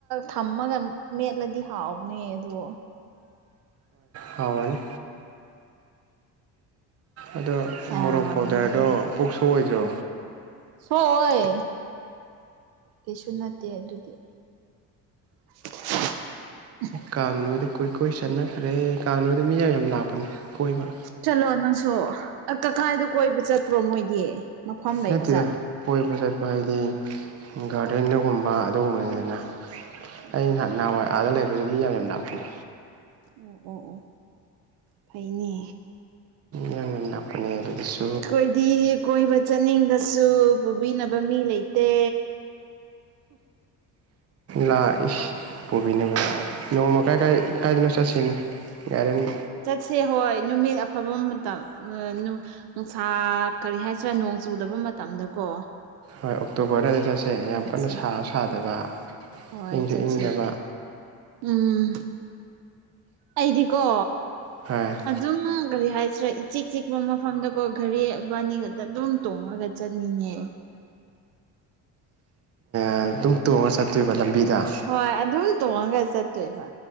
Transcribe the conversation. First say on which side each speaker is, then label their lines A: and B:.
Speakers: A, on the right (about 75°); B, on the right (about 40°).
A: ꯊꯝꯃꯒ ꯃꯦꯠꯂꯗꯤ ꯍꯥꯎꯕꯅꯦ ꯑꯗꯣ
B: ꯍꯥꯎꯅꯤ ꯑꯗꯣ
A: ꯍꯥꯎꯕꯅꯦ
B: ꯃꯣꯔꯣꯛ ꯄꯥꯎꯗꯔꯗꯣ ꯄꯨꯛꯁꯨꯑꯣꯏꯗ꯭ꯔꯣ
A: ꯁꯣꯏ ꯀꯩꯁꯨ ꯅꯠꯇꯦ ꯑꯗꯨꯗꯤ <unintelligible>
B: ꯀꯥꯡ ꯅꯣꯏꯗ ꯀꯣꯏꯀꯣꯏ ꯆꯠꯅꯈ꯭ꯔꯦ ꯀꯥꯡ ꯅꯣꯏꯗ ꯃꯤ ꯌꯥꯝ ꯌꯥꯝ ꯂꯥꯛꯄꯅꯦ ꯀꯣꯏꯕ
A: ꯆꯠꯂꯣ ꯅꯪꯁꯨ ꯀꯀꯥꯏꯗ ꯀꯣꯏꯕ ꯆꯠꯇ꯭ꯔꯣ ꯃꯣꯏꯗꯤ ꯃꯐꯝ ꯂꯩꯕ
B: ꯅꯠꯇꯦꯗ
A: ꯖꯥꯠꯂꯣ
B: ꯀꯣꯏꯕ ꯆꯠꯄ ꯍꯥꯏꯗꯤ ꯒꯥꯔꯗꯦꯟꯗꯒꯨꯝꯕ ꯑꯗꯨꯒꯨꯝꯕꯅꯤꯗꯅ
A: ꯑꯣ
B: ꯑꯩ ꯅꯍꯥꯟ ꯅꯍꯥꯟꯋꯥꯏ ꯑꯥꯗ ꯂꯩꯕꯁꯨ ꯃꯤ ꯌꯥꯝ ꯌꯥꯝ ꯂꯥꯛꯄꯅꯦ
A: ꯑꯣ ꯑꯣ ꯑꯣ ꯐꯩꯅꯦ
B: ꯌꯥꯝ ꯌꯥꯝ ꯂꯥꯛꯄꯅꯦ ꯑꯗꯨꯗꯁꯨ
A: ꯑꯩꯈꯣꯏꯗꯤ ꯀꯣꯏꯕ ꯆꯠꯅꯤꯡꯕꯁꯨ ꯄꯨꯕꯤꯅꯕ ꯃꯤ ꯂꯩꯇꯦ
B: ꯂꯥꯛꯏ ꯄꯨꯣꯕꯤꯕꯨ ꯅꯣꯡꯃ ꯀꯥꯏ ꯀꯥꯏꯗꯅꯣ ꯆꯠꯁꯤꯅꯦ ꯌꯥꯔꯦꯅꯤ
A: ꯆꯠꯁꯦ ꯍꯣꯏ ꯅꯨꯃꯤꯠ ꯑꯐꯕ ꯃꯇꯝ ꯎ ꯅꯨꯡꯁꯥ ꯀꯔꯤ ꯍꯥꯏꯁꯤꯔꯥ ꯅꯣꯡ ꯆꯨꯗꯕ ꯃꯇꯝꯗꯀꯣ
B: ꯍꯣꯏ ꯑꯣꯛꯇꯣꯕꯔ ꯑꯗꯨꯗ ꯆꯠꯁꯦ ꯌꯥꯝ
A: ꯆꯠꯁꯦ
B: ꯀꯟꯅ ꯁꯥꯁꯨ ꯁꯥꯗꯕ
A: ꯍꯣꯏ
B: ꯏꯪꯁꯨ
A: ꯆꯠꯁꯤ
B: ꯏꯪꯗꯕ
A: ꯎꯝ ꯑꯩꯗꯤꯀꯣ
B: ꯍꯥꯏ
A: ꯑꯗꯨꯝ ꯀꯔꯤ ꯍꯥꯏꯁꯤꯔꯥ ꯏꯆꯤꯛ ꯆꯤꯛꯄ ꯃꯐꯝꯗꯀꯣ ꯢꯔꯤꯕꯥꯅꯤꯒꯛꯇ ꯑꯗꯨꯝ ꯇꯣꯡꯉꯒ ꯆꯠꯅꯤꯡꯉꯦ
B: ꯑꯗꯨꯝ ꯇꯣꯡꯉꯒ ꯆꯠꯇꯣꯏꯕ ꯂꯝꯕꯤꯗ
A: ꯍꯣꯏ ꯑꯗꯨꯝ ꯇꯣꯡꯉꯒ ꯆꯠꯇꯣꯏꯕ